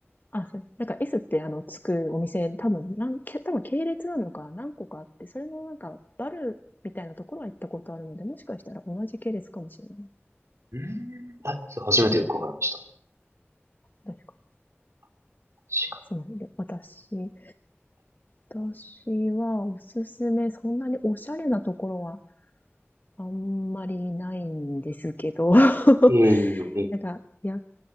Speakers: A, on the left; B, on the right.
A: あ、そうなんか S ってあの、つくお店、多分、なん、け多分系列なのか何個かあって、それのなんか、バルみたいなところは行ったことあるので、もしかしたら同じ系列かもしれない。
B: うーん、あ、それ初めて伺いました。確
A: 確か
B: か
A: な。すみません。私、私はおすすめ、そんなにおしゃれなところはあんまりないんですけど、<laughs>
B: にええええ
A: なんか、や、